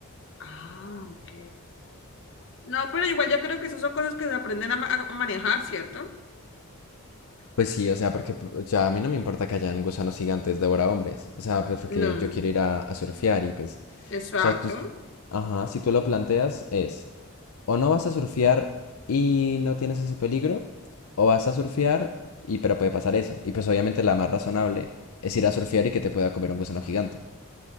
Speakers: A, on the left; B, on the left.
A: Ah, ok. No, pero igual yo creo que esas son cosas que se aprenden a, ma- a manejar, ¿cierto?
B: Pues sí, o sea, porque o sea, a mí no me importa que hayan gusanos gigantes devora hombres. O sea, pues porque
A: No,
B: yo quiero ir a, a surfear y pues,
A: exacto,
B: o sea, tú, ajá, si tú lo planteas es, o no vas a surfear y no tienes ese peligro, o vas a surfear y pero puede pasar eso. Y pues obviamente la más razonable es ir a surfear y que te pueda comer un gusano gigante.